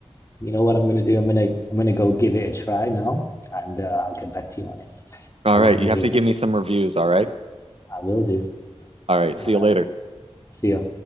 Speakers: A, on the left; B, on the right.
A: You know what I'm gonna do? I'm gonna I'm gonna go give it a try now and uh, I'll get back to you on it.
B: all
A: I'll
B: right,
A: let you know
B: you have
A: what you
B: to
A: think.
B: give me some reviews. All right,
A: I will do.
B: all right. See
A: All
B: you
A: right.
B: later.
A: See ya.